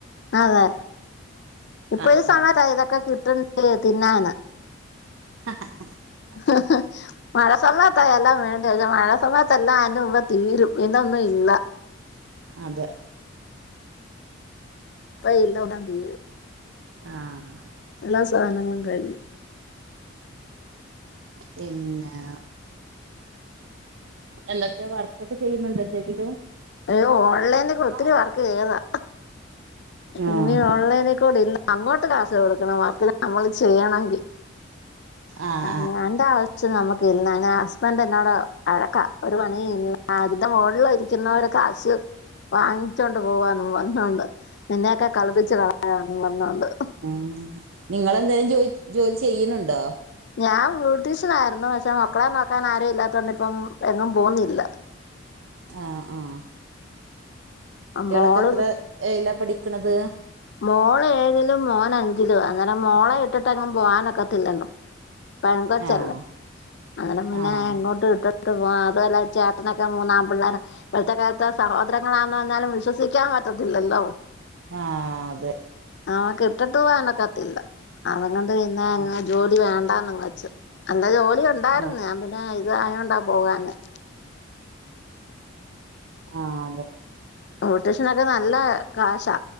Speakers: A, on the left; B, on the right.
A: അതെ ഇപ്പൊ
B: ആഹ്
A: ഒരു സമയത്ത്
B: ആഹ്
A: ഇതൊക്കെ കിട്ടണ്ട് തിന്നാന്
B: ഹ ഹ ഹ
A: ഹ ഹ മഴ സമയത്തായ എല്ലാം വേണ്ട പക്ഷെ മഴ സമയത്ത്എല്ലാം അതിറെ മുമ്പ് തീരും ഇന്നൊന്നും ഇല്ല
B: അതെ
A: പ്പയ്നോടം തീ
B: ആഹ്
A: എല്ലാ സാനങ്ങളും കഴിഞ്ഞ്
B: പിന്നേ എന്തൊക്കെ വർക്കൊക്കെ ചെയ്യുന്നുണ്ട് എന്തെങ്കിലും
A: ഹ് ഓൺലൈന്ക്ക് ഒത്തിരി
B: ആഹ്
A: വർക്ക് ചെയ്തതാ
B: ആഹ്
A: ഇനി ഓൺലൈന്ക്കൂടില്ല അങ്ങോട്ട് കാശ് കൊടുക്കണം വർക്ന് നമ്മള് ചെയ്യണങ്കി
B: ആഹ്
A: അഹ് ഞാന്റെ ആവശ്യം നമ്മക്ക് ഇല്ല ന ഹസ്ബന്റ് എന്നോട് അഴക്കാ ഒരു പണിയിം ഇല്ല അതിന്റെ മോൾള് ഇരിക്കുന്നവരെ കാശ് വാങ്ങിച്ചോണ്ട് പോവാന്നും വന്നോണ്ട് നിന്നെയൊക്കെ കളിപ്പിച്ച് കള <unintelligible> വന്നോണ്ട്
B: ഉം നിങ്ങളെന്തേലും ജോയ് ജോലി ചെയ്യ്ണ് ണ്ടോ
A: ഞാൻ ബ്യൂട്ടീഷനായിരുന്നു പക്ഷെ മക്കളെ നോക്കാനാരും ഇല്ലാത്തോണ്ട് ഇപ്പം എങ്ങും പോവുന്നില്ല
B: ഏഹ് ആഹ് കുട്ട്യാളൊക്കെ
A: മോള്
B: എത്ര എയിലാ പഠിക്ക്ണത്
A: മോള് ഏഴിലും മോന് അഞ്ചിലോ അന്നേരം മോളെ ഇട്ടിട്ടെങ്ങും പോകാനൊക്കത്തില്ലല്ലോ പെങ്കോച്ചല്ലേ
B: ആഹ്
A: അങ്ങനേ പിന്നെ
B: ആഹ്
A: എങ്ങോട്ട് ഇട്ടി ട്ട് അതുഅല്ല ചേട്ടനൊക്കെ മൂന്നാമ്പിള്ളേരാ ഇപ്പൾത്ത കാലത്ത് സഹോദരങ്ങളാന്ന് പറഞ്ഞാലും വിശ്വസിക്കാൻ പറ്റത്തില്ലല്ലോ
B: ആഹ് അതെ
A: അവക്ക് ഇട്ടിട്ട് പോകാനൊക്കത്തില്ല അതങ്ങൊണ്ട് പിന്നെ അങ്ങ്
B: ആഹ്
A: ജോലി വേണ്ടന്നങ് വെച്ചു എന്താ ജോലി ഉണ്ടായിരുന്നു
B: ആഹ്
A: ഞാൻ പി ആഹ് ഇതായാ ആയോണ്ടാ പോവാഞ്ഞെ
B: ആഹ് അതെ
A: ബ്യൂട്ടീഷനൊക്കെ നല്ല കാശാ